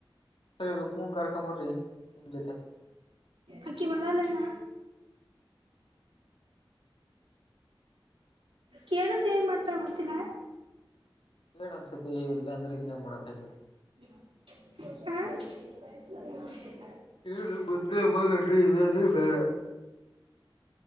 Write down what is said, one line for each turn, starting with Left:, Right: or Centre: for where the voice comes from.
Left: ರೂಕ್ಮುವನ್ ಕರ್ಕೊಂಡ ಬನ್ರೀ ನಿಮ್ಮ್ ಜೊತೆ.
Right: ಅಕಿ ಬರಲ್ಲ ಅಣ್ಣಾ. ಕೇಳಿದ್ರೆ ಏನ್ ಮಾಡ್ತಾಳ ಗೊತ್ತಿಲ್ಲಾ.
Left: ಹೇಳ ಅನ್ಸತ್ತತಿ ಇವ ಇಲ್ಲ ಅಂದ್ರ ಇನ್ನೇ ಮಾಡಕ ಆಗ್ತದೆ.
Right: <inaudible>
Left: ಕೇಳು ಬಂದ್ರೇ ಬಾ <unintelligible> ಇಲ್ಲಾ ಅಂದ್ರೆ ಬೇಡಾ.